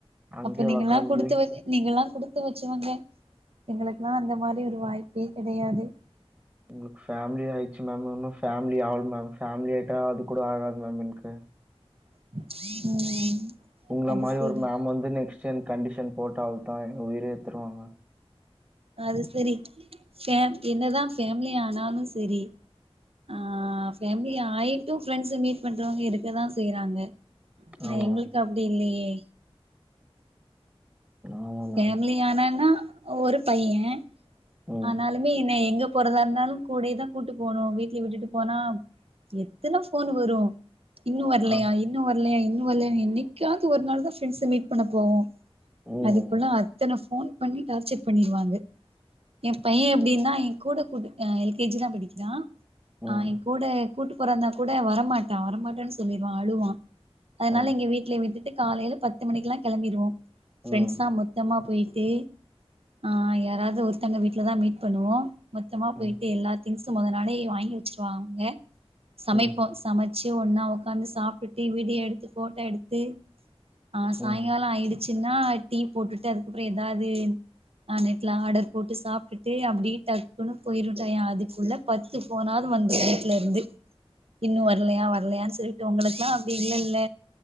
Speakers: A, on the right; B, on the right.
A: அங்கயே
B: அப்ப நீங்க
A: ஒக்காந்து
B: எல்லா குடுத்து வ நீங்கல்லா குடுத்து வச்சவாங்க எங்களுக்குல்லா அந்த மாரி ஒரு வாய்ப்பே கெடையாது
A: உங்களுக்கு ஃபேமிலி ஆயிடுச்சு மேம் இன்னு ஃபேமிலி ஆவல மேம் ஃபேமிலி ஆயிட்டா அது கூட ஆகாது மேம் எனக்கு
B: ம்
A: உங்கள
B: அது
A: மாரி
B: செரி
A: ஒரு மேம் வந்து நெக்ஸ்ட் <inaudible> கண்டிஷன் போட்டா தா எங்க உயிரே ஏடுத்துருவாங்க
B: அது செரி ஃபே என்னதா ஃபேமிலி ஆனாலு செரி ஆ ஃபேமிலி ஆயிட்டு ப்ரெண்ட்ஸ் ஸ மீட் பண்றவங்க இருக்கதா செய்றாங்க ஆனா
A: ஆமா
B: எங்களுக்கு அப்டி இல்லையே
A: ஆமா
B: ஃபேமிலி
A: மேம்
B: ஆனனா ஒரு பையன்
A: ம்
B: ஆனாலுமே என்ன எங்க போறதா இருந்தாலு கூடயே தா கூட்டிட்டு போணு வீட்ல விட்டுட்டு போனா எத்தன போன் வரு இன்னு வர்லையா
A: ஆ
B: இன்னு வர்லையா இன்னு வர்லையான்னு என்னைக்காவது ஒரு நாள் தா ஃப்ரெண்ட்ஸ மீட் பண்ண போவோ
A: ம்
B: அதுக்குள்ள அத்தன போன் பண்ணி டார்ச்சர் பண்ணிருவாங்க என் பையன் எப்டின்னா என் கூட கூட்டு அ எல் கே ஜி தா படிக்கிறா ஆ
A: ம்
B: என் கூட கூட்டு போறதா இருந்தா கூட வரமாட்டா வரமாட்டேன்னு சொல்லிடுவா அழுவா அதனால
A: ஆமா
B: இங்க வீட்லியே விட்டுட்டு காலைல பத்து மணிக்கெல்லா கெளம்பிடுவோ ப்ரெண்ஸா
A: ம்
B: மொத்தமா போயிட்டு ஆ யாராது ஒரு தங்க வீட்லதா மீட் பண்ணுவோ மொத்தமா போயிட்டு
A: ம்
B: எல்லா திங்ஸும் மொத நாளே வாங்கி வெச்சுருவாங்க சமைப்போ
A: ம்
B: சமச்சு ஒன்னா உக்காந்து சாப்ட்டுட்டு வீடியோ எடுத்து போட்டோ எடுத்து ஆ
A: ம்
B: சாய்ங்கால ஆயிடுச்சுன்னா டீ போட்டுட்டு அதுக்கப்புற ஏதாவ்து எ அ நெட்ல ஆடர் போட்டு சாப்ட்டுட்டு அப்டி டக்குனு போயிரு டயோ அதுக்குள்ள பத்து போனாது வந்துரு வீட்ல இருந்து இன்னு வர்லையா வர்லையான் சொல்ட்டு உங்களுக்லா அப்டி இல்லல